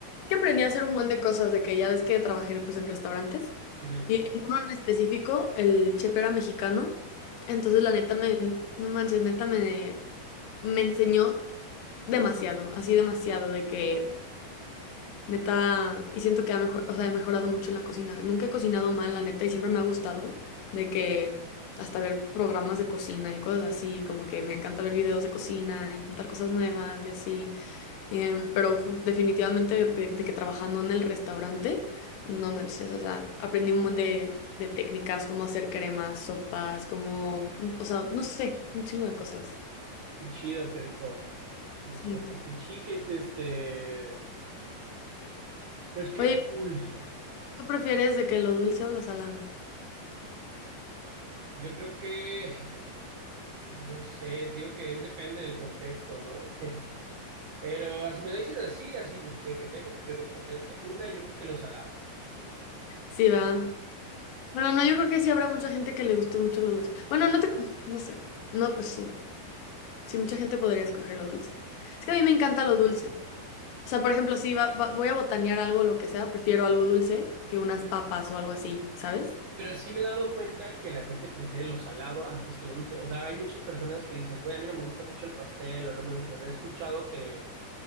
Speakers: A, on the left; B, on the right.
A: que aprendí a hacer un montón de cosas de que ya ves que trabajé pues en restaurantes
B: Ujú.
A: y en uno en específico el chef era mexicano, entonces la neta me no manches, neta me me enseñó demasiado, así demasiado de que Neta, y siento que ha mejor, o sea, he mejorado mucho en la cocina. Nunca he cocinado mal, la neta, y siempre me ha gustado de que hasta ver programas de cocina y cosas así, como que me encanta ver videos de cocina, intentar cosas nuevas y así. Em, pero ju- definitivamente de, de que trabajando en el restaurante, no me o sea, aprendí un montón de, de técnicas, cómo hacer cremas, sopas, cómo, mm, o sea, no sé, un chingo de cosas.
B: Qué chido, qué rico. Este,
A: Sí.
B: pues qué chique, este, este, pues qué
A: Oye,
B: cool.
A: ¿tú prefieres de que lo dulce o lo salado?
B: Yo creo que, es que, no sé, digo que es- depende del contexto, ¿no? <laughs> Que- pero si me lo dices así, así, de, de que tengo que responderte una, yo creo que lo salado.
A: Sí, va. Bueno, no, yo creo que sí habrá mucha gente que le guste mucho lo dulce. Bueno, no te, no sé. No, pues sí. Sí, mucha gente podría escoger lo dulce. Es que a mí me encanta lo dulce. O sea, por ejemplo, si va- va- voy a botanear algo, lo que sea, prefiero algo dulce que unas papas o algo así, ¿sabes?
B: Pero sí me he dado cuenta que la gente prefiere lo salado antes que lo dulce. O sea, hay muchas personas que dicen, güey, a mí no me gusta mucho el pastel o no me gusta. O sea, he escuchado que